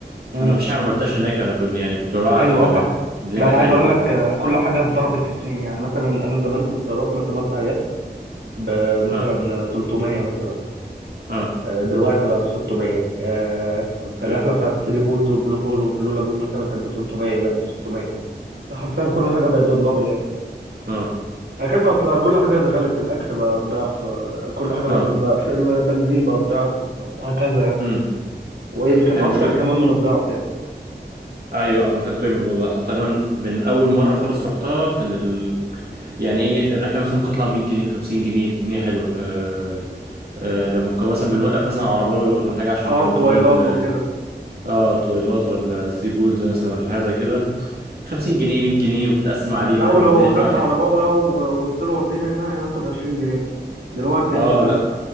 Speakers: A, on the right; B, on the right.
A: امم
B: أنا مفيش حاجة ما عملتهاش هناك أنا كنت يعني كنت بعزق
A: ايوه
B: كمان
A: آه، فاهم
B: الدنيا
A: لا
B: كانت
A: انا عايز
B: حلوة
A: اقول لك
B: آه
A: آه، كل حاجه اتضربت
B: آه
A: في اتنين يعني مثلا انا زمان كنت اروح مثلا اطلع اليخت بمثلا
B: آه
A: 300 مثلا
B: آه.
A: آه، دلوقتي بقى ب 600 آه،
B: أوكي
A: الرحله بتاعت الثري بولز والبلو هول والبلو لاجون مثلا كانت ب 300 بقت ب 600 حرفيا كل حاجه بقت تتضبل
B: آه
A: هكذا اصل كل حاجة غلت الأكل بقى بضعف كل حاجة بقت
B: آه
A: بضعف البنزين بقى بضعف هكذا يعني
B: امم
A: ويمكن
B: هي
A: أكتر
B: مشكلة
A: كمان من الضعف يعني
B: أيوة آه، أنا خدت بالي من الموضوع ده حتى كمان من أول مرة خالص رحتها كان ال... يعني إيه الرحلة مثلا ممكن تطلع ب 100 جنيه ب 50 جنيه الدنيا حلوة آه آه، لما كنا مثلا بنوقف مثلا عرباوي ولا حاجة عشان
A: اه
B: يودينا
A: التويلات
B: ال
A: وكده
B: اه تويلات ولا ثري بولز مثلا ولا حاجة زي كده 50 جنيه 100 جنيه وتقسم علينا
A: لا ولو
B: والدنيا
A: خدت
B: تبقى حلوة
A: عرباوي أهو وقلت له وديني هنا ياخد 20 جنيه دلوقتي
B: اه
A: هيشتمك
B: لا